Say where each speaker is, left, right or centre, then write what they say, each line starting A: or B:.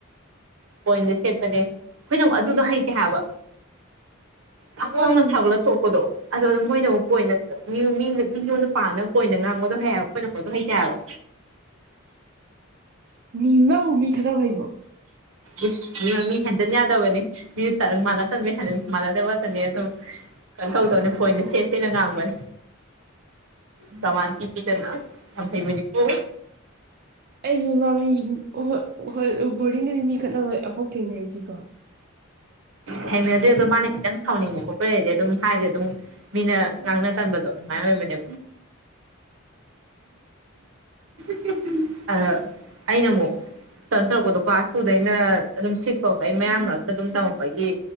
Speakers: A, on the right; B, on the right.
A: ꯄꯣꯏꯟꯗ ꯁꯦꯠꯄꯅꯦ ꯈꯣꯏꯅ ꯑꯃꯨꯛ ꯑꯗꯨꯗ ꯍꯩꯇꯦ ꯍꯥꯏꯕ꯫ ꯊꯛ
B: ꯃꯥꯁꯨ
A: ꯂꯥꯎꯅ ꯁꯥꯒꯠꯂ ꯊꯣꯛꯄꯗꯣ꯫ ꯑꯗꯣ ꯑꯗꯨꯝ ꯃꯣꯏꯅ ꯑꯃꯨꯛ ꯄꯣꯏꯟꯗ ꯃꯤ ꯂꯣꯟꯗ ꯄꯥꯅꯕ ꯄꯣꯏꯟꯗ ꯉꯥꯡꯕꯗꯣ ꯍꯩꯑꯦꯕ ꯈꯣꯏꯅ ꯑꯃꯨꯛ ꯑꯗꯣ ꯍꯩꯇꯦ ꯍꯥꯏꯕ꯫
B: ꯃꯤ ꯅꯪꯕꯨ ꯃꯤ ꯈꯠꯅꯕ ꯍꯩꯕ꯭ꯔꯣ꯫
A: ꯏꯁ ꯃꯤ ꯃꯤ ꯍꯦꯟꯗꯟ ꯌꯥꯗꯕꯅꯤ ꯃꯤ ꯇꯟ ꯃꯥꯟꯅꯗꯕꯅꯤ ꯍꯟ ꯃꯥꯟꯅꯗꯕꯇꯅꯤ ꯑꯗꯨꯝ ꯀꯩꯝ ꯇꯧꯗꯕꯅꯤ ꯄꯣꯏꯟꯗ ꯁꯦꯠ ꯁꯦꯠꯂ ꯉꯥꯡꯕꯅꯤ
B: ꯃꯤ
A: ꯄ꯭ꯔꯃꯥꯟ ꯄꯤ ꯄꯤꯗꯅ ꯌꯥꯝ ꯍꯩꯕꯅꯤꯀꯣ
B: ꯑꯩꯗꯤ ꯃꯥ ꯃꯤ ꯍꯣꯢ ꯍꯣꯏ ꯕꯣꯔꯗꯤꯡꯗꯗꯤ ꯃꯤ ꯈꯠꯅꯕ ꯑꯝꯐꯧ ꯊꯦꯡꯅꯗ꯭ꯔꯤꯀꯣ
A: ꯊꯦꯡꯅꯗꯦ ꯑꯗꯣ ꯃꯥꯅ ꯈꯤꯇꯪ ꯁꯥꯎꯅꯤꯡꯕ ꯈꯣꯠꯄ ꯂꯩꯔꯗꯤ ꯑꯗꯨꯝ ꯍꯥꯏꯗꯤ ꯑꯗꯨꯝ ꯃꯤꯅ ꯉꯥꯡꯅ ꯇꯟꯕꯗꯣ ꯑꯗꯨꯃꯥꯏ ꯑꯣꯏꯕꯅꯦ <unintelligible> ꯑꯥ ꯑꯩꯅꯃꯨꯛ ꯀꯩꯅꯣ ꯇꯧꯔꯛꯄꯗꯣ ꯀ꯭ꯂꯥꯁ ꯇꯨꯗꯩꯅ ꯑꯗꯨꯝ ꯁꯤꯛꯁ ꯐꯥꯎ ꯑꯩ ꯃꯌꯥꯝ ꯃꯔꯛꯇ ꯑꯗꯨꯝ ꯇꯝꯃꯛꯄꯒꯤ